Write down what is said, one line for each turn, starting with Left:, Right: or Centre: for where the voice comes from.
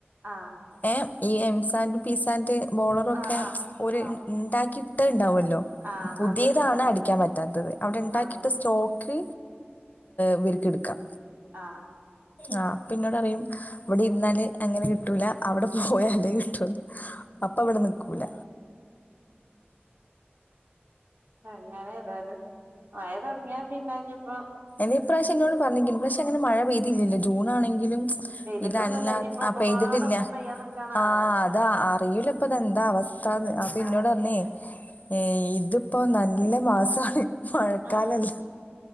Right: ആഹ്
Left: ഏ ഈ എംസൻററ് പിസാറ് ബോളറൊക്കെ
Right: ആഹ് ആഹ്
Left: ഒരു
Right: ആഹ്
Left: ഉണ്ടാക്കി ഇട്ട ഉണ്ടാവല്ലോ
Right: ആഹ്
Left: പുതിയതാണ്
Right: അത് ഇതാക്കലേ
Left: അടിക്കാൻ പറ്റാത്തത് അവിടെ ഉണ്ടാക്കിട്ട
Right: ആഹ്
Left: സ്റ്റോക്ക് ഇവർക്ക് എടുക്കാം
Right: ആഹ
Left: ആഹ് അപ്പന്നോട് അറിയും ഇവിടെ ഇരുന്നാല് അങ്ങനെ കിട്ടൂല അവിടെ പോയല്ലേ കിട്ടൂന്ന് അപ്പ അവിടെ നിക്കൂല
Right: അങ്ങനെ ഏതായാലും വയ തുൊടങ്ങിയാ പിന്നെഞ്ഞപ്പോ
Left: ഇനി പ്രാവശ്യ എന്നോട് പറഞ്ഞിില്ല പക്ഷെ അനെ മഴ പെയ്തില്ലില്ല ജൂണ ആണെങ്കിലും
Right: പെയ്തിട്ടൊന്നുല്ല
Left: ഇതല്ല
Right: ഇനിയിപ്പോ
Left: അപ്പൊെയ്തിട്ടില്ല
Right: ഒക്കപ്പാടൊപ്പം പെയ്യാൻ നിക്കാണാവോ
Left: ആഹ അതാ അറിയിൂല ഇപ്പതെന്താ
Right: ഉം
Left: അവസ്ഥ അപ്പൊ പിന്നോട
Right: ആഹ്
Left: തന്നെ ഏ ഇത് ഇപ്പൊ നല്ല മാസമാണ് മഴക്കാലല്ല
Right: ആഹ്